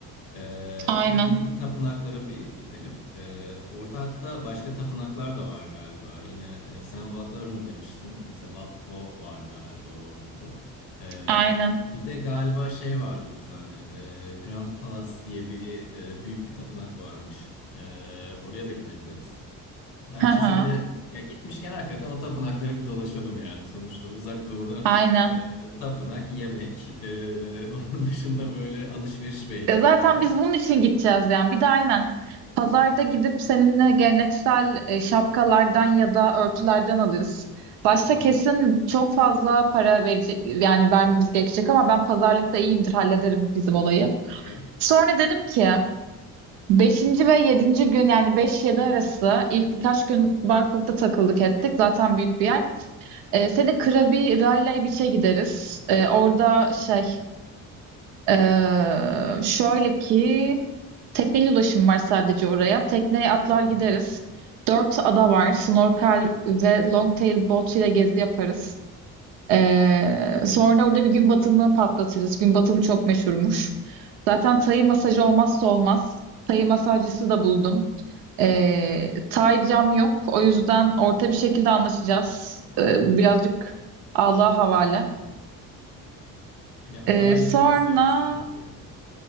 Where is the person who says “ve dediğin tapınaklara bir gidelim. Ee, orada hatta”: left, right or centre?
Left